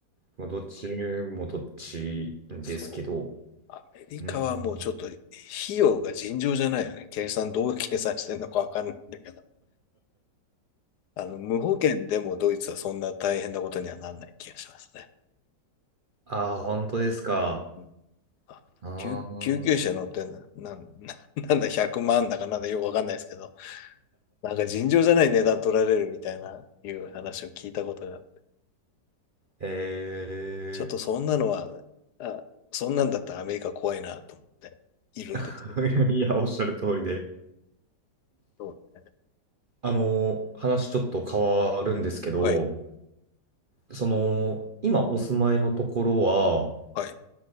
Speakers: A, on the right; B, on the left.
A: まあ、どっちもどっちですけど。
B: そう。アメリカはもうちょっと費
A: うん。
B: 用が尋常じゃないよね。計算、どう計算してんのかわかんないんだけど。あの、無保険でもドイツはそんな大変なことにはなんない気がしますね。
A: ああ、本当ですか。
B: うんあ救、
A: ああ、
B: 救急車乗ってんだ、なん、<laughs> ななんだ、100万だかなんだよくわかんないですけど、なんか尋常じゃない値段取られるみたいな、いう話を聞いたことが
A: ええ
B: ちょっとそんなのは、あ、そんなんだったらアメリカ怖いなと思っているんですけど。
A: <laughs> いや、おっしゃる通りで。
B: うん
A: あの、話ちょっと変わるんですけど、
B: はい。
A: その、今お住まいのところは、
B: はい。